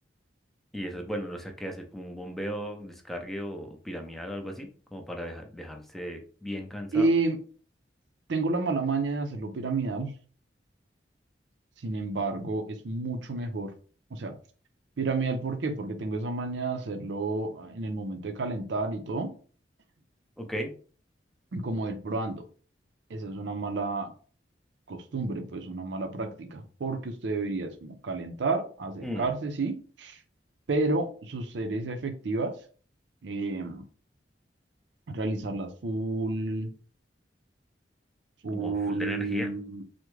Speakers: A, in the centre; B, on the right (about 75°).
A: y eso es bueno, no sé qué hacer, como un bombeo, descargue o piramidal o algo así, como para deja- dejarse bien cansado.
B: Eh, tengo la mala maña de hacerlo piramidal, sin embargo es mucho mejor. O sea, piramidal, ¿por qué? Porque tengo esa maña de hacerlo en el momento de calentar y todo,
A: Ok.
B: y como ir probando. Esa es una mala costumbre, pues una mala práctica, porque usted debería es como calentar, acercarse,
A: mm,
B: sí, pero sus series efectivas, eh, realizarlas full, full,
A: Como full de energía.